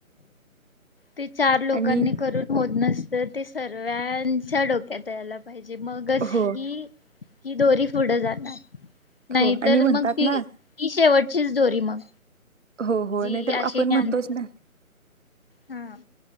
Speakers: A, on the left; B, on the right.
A: ते चार लोकांनी
B: आणि
A: करून होत नस तर ते सर्वांच्या डोक्यात यायला पा म्हणजे मगच
B: हो
A: ही ही दोरी पुढं जाणार नाही
B: हो आणि
A: तर
B: म्हणतात
A: मग ती-ती
B: ना
A: शेवट चीच दोरी मग
B: हो हो
A: जी
B: नाही तर
A: अशी
B: आपण म्हणतोच
A: ज्ञान
B: ना
A: हा